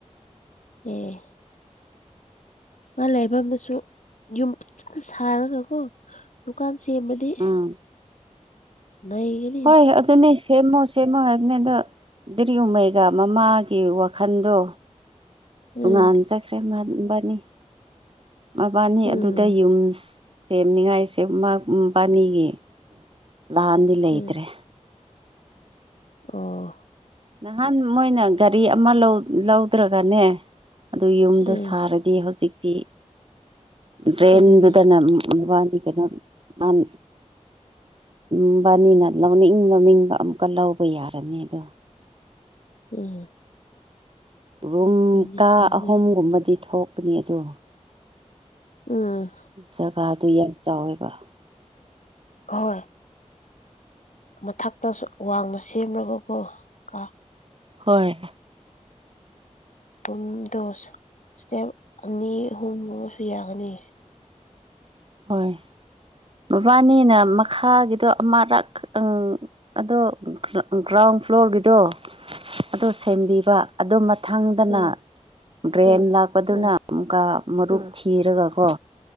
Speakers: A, on the left; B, on the right.
A: ꯑꯦ ꯃꯥ ꯂꯩꯐꯝꯅꯁꯨ ꯌꯨꯝ ꯐꯖꯅ ꯁꯥꯔꯒꯀꯣ ꯗꯨꯀꯥꯟ ꯁꯦꯝꯕꯗꯤ
B: ꯎꯝ
A: <unintelligible>
B: ꯍꯣꯏ ꯑꯗꯨꯅꯤ ꯁꯦꯝꯃꯣ ꯁꯦꯝꯃꯣ ꯍꯥꯏꯕꯅꯤꯗ ꯗ꯭ꯔꯤ ꯎꯃꯩꯒ ꯃꯃꯥꯒꯤ ꯋꯥꯈꯟꯗꯣ
A: ꯎꯝ
B: ꯨ <unintelligible> ꯉꯥꯟꯖꯈ꯭ꯔꯦ ꯃꯥꯕꯅꯤ ꯃꯕꯥꯅꯤ
A: ꯎꯝ
B: ꯑꯗꯨꯗ ꯌꯨꯝꯁ ꯁꯦꯝꯅꯤꯡꯉꯥꯏꯁꯦꯕꯥꯅꯤꯒꯤ ꯂꯥꯟꯗꯤ ꯂꯩꯇ꯭ꯔꯦ
A: ꯎꯝ ꯑꯣ
B: ꯅꯍꯥꯟ ꯃꯣꯏꯅ ꯒꯥꯔꯤ ꯑꯃ ꯂꯧꯗ꯭ꯔꯒꯅꯦ ꯑꯗꯨ ꯌꯨꯝꯗ
A: ꯎꯝ
B: ꯁꯥꯔꯗꯤ ꯗꯤ ꯍꯧꯖꯤꯛꯇꯤ ꯗ꯭ꯔꯦꯟꯗꯨꯗꯅ
A: ꯑꯗꯨꯅꯤ
B: ꯋꯥꯅꯤ ꯀꯩꯅꯣ ꯑꯟ ꯃꯕꯅꯤꯅ ꯂꯧꯅꯤꯡ ꯂꯧꯅꯤꯡꯕ ꯑꯃꯨꯛꯀ ꯂꯧꯕ ꯌꯥꯔꯅꯤ ꯑꯗꯣ
A: ꯎꯝ
B: ꯔꯨꯝ
A: ꯑꯗꯨꯅꯤ
B: ꯀꯥ
A: ꯄꯥꯝꯃꯨꯏ
B: ꯑꯍꯨꯝꯒꯨꯝꯕꯗꯤ ꯊꯣꯛꯀꯅꯤ ꯑꯗꯣ
A: ꯎꯝ
B: ꯖꯒꯥꯗꯨ ꯌꯥꯝ ꯆꯥꯎꯋꯦꯕ
A: ꯍꯣꯏ ꯃꯊꯛꯇ ꯋꯥꯡꯅ ꯁꯦꯝꯃꯒꯀꯣ ꯀ
B: ꯍꯣꯏ
A: ꯄꯨꯝ ꯗꯣ ꯏꯁꯇꯦꯞ ꯑꯅꯤ ꯑꯍꯨꯝꯒꯕꯁꯨ ꯌꯥꯒꯅꯤ
B: ꯍꯣꯏ ꯃꯕꯥꯅꯤꯅ ꯃꯈꯥꯒꯤꯗꯣ ꯑꯃꯔꯛ ꯑ ꯑꯗꯣ ꯒ꯭ꯔꯥꯎꯟ ꯐ꯭ꯂꯣꯔꯒꯤꯗꯣ ꯑꯣ ꯁꯦꯝꯕꯤꯕ ꯑꯗꯨ ꯃꯊꯪꯗꯅ
A: ꯎꯝ
B: ꯒ꯭ꯔꯦꯟ ꯂꯥꯛꯄꯗꯨꯅ
A: ꯎꯝ
B: ꯑꯃꯨꯛꯀꯥ ꯃꯔꯨꯞ ꯊꯤꯔꯒ ꯀꯣ